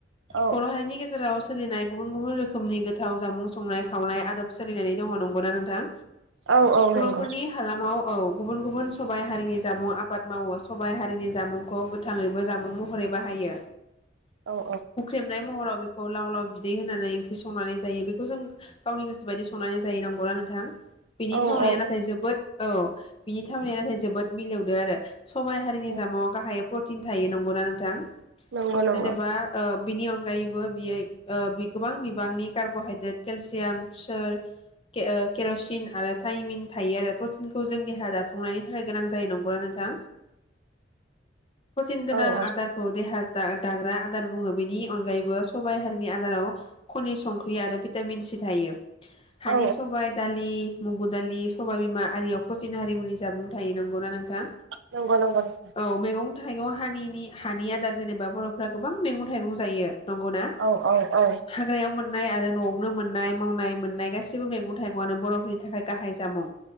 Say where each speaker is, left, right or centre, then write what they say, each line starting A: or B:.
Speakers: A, on the right; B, on the left.
A: औ
B: बर' हारिनि गेजेराव सोलिनाय गुबुन गुबुन रोखोमनि गोथाव जामुं संनाय खावनाय आदब सोलिनानै दङ नंगौना नोंथां
A: औ औ नंगौ
B: बर'फोरनि
A: औ
B: हालामाव औ गुबुन गुबुन सबाइ हारिनि जामुं आबाद मावो। सबाइ हारिनि जामुंखौ गोथाङैबो जामुं महरै बाहायो।
A: औ
B: हुख्रेमनाय महराव बे खौ लाव लाव बिदै होनानै ओंख्रि संनानै जायो बेखौ जों <inaudible> गावनि गोसोबायदि संनानै जायो नंगौना नों थां बिनि
A: औ
B: थावनाया
A: औ
B: नाथाय जोबोद औ बिनि थावनाया नाथाय जोबोद मिलौदो आरो। सबाइ हारिनि
A: औ
B: जामुङाव गाहायै प्रटिन थायो नंगौना नोंथां?
A: नंगौ नंगौ
B: जेनेबा ओ बिनि अनगायै बो बियो ओ बि गोबां बिबांनि कार्ब'हाइद्रेट केलसियाम सोर केर केर'सिन आरो थाइमिन थायो आरो प्रटिनखौ जों देहा दाफुंनायनि थाखाय गोनां जायो नंगौना नोंथां? प्रटिन गोनां
A: औ औ
B: आदारखौ देहा दा दाग्रा आदार बुङो बेनि अनगायैबो सबाइ हारिनि आदाराव खनि संख्रि आरो बिद भिटामिन सि थायो। हानि
A: औ
B: सबाय, दालि मुगु दालि सबायबिमा आरियाव प्रतिन हारिमुनि जामुं थायो नों गौ ना नोंथां
A: नंगौ नंगौ नोंथां
B: औ मेगं थाइगं हानिनि हानि आदार जेनेबा बर'फ्रा गोबां मैगं थाइगं जायो। नंगौना
A: औ औ औ
B: हाग्रायाव मोन नाय आरो न' संनो मोननाय मावनाय मोननाय गासिबो मेगं थाइगंआनो बर'फोरनि थाखाय गाहाय जामुं।